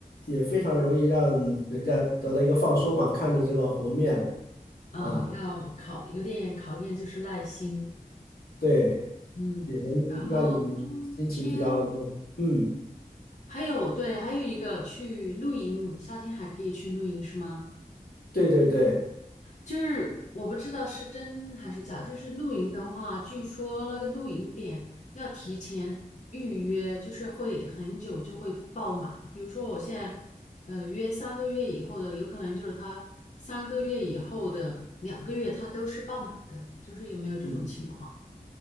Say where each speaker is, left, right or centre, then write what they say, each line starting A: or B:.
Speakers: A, on the left (about 85°); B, on the left (about 50°).
A: 也非常容易让人家得到一个放松嘛，看着这个湖面
B: 嗯，
A: 啊，
B: 要考，有点考验就是耐心。
A: 对，
B: 嗯，
A: 也能让你心情比较那个，
B: 然后冬天
A: 嗯。
B: 还有，对，还有一个去露营，夏天还可以去露营是吗？
A: 对对对，
B: 就是我不知道是真还是假，就是露营的话，据说那个露营点要提前预约，就是会很久就会爆满。比如说我现在，呃，约三个月以后的，有可能就是他三个月以后的两个月，他都是爆满的，就是有没有这种情况？
A: 嗯，